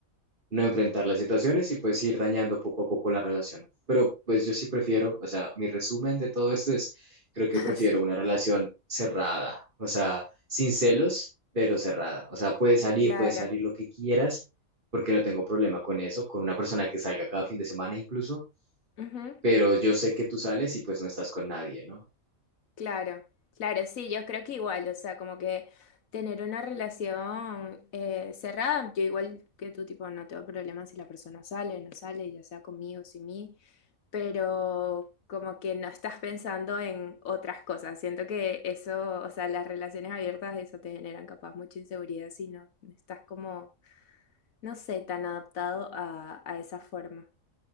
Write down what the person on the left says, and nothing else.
<laughs>
sí,
claro.
Ujú,
Claro, claro, sí, yo creo que igual, o sea, como que tener una relación eh, cerrada, yo igual que tú, tipo, no tengo problema si la persona sale, no sale, ya sea conmigo, sin mí, pero como que no estás pensando en otras cosas. Siento que eso, o sea, las relaciones abiertas, eso te generan capaz mucha inseguridad si no estás como, no sé, tan adaptado a, a esa forma.